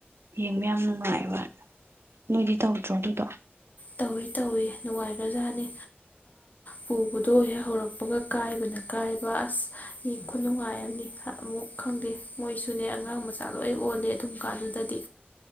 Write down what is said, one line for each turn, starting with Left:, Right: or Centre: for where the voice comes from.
Right: ꯌꯥꯝ ꯅꯨꯡꯉꯥꯏꯕ ꯅꯣꯏꯗꯤ ꯇꯧꯗ꯭ꯔꯣ ꯑꯗꯨꯗꯣ
Left: ꯇꯧꯏꯤ ꯇꯧꯏꯤ ꯅꯨꯡꯉꯥꯏꯈ꯭ꯔꯖꯥꯠꯅꯤ ꯄꯨꯕꯗꯣ ꯍꯦꯛ ꯍꯧꯔꯛꯄꯒ ꯀꯥꯏꯕꯅ ꯀꯥꯏꯕ ꯑꯁ ꯈꯨꯅꯨꯡꯉꯥꯏ ꯑꯃꯅꯤ ꯑꯃꯨꯛ ꯈꯪꯗꯦ ꯃꯣꯏꯁꯨꯅꯦ ꯑꯉꯥꯡ ꯃꯆꯥ ꯂꯣꯏ ꯑꯣꯜꯂꯦ ꯑꯗꯨꯝ ꯀꯥꯟꯗꯨꯗꯗꯤ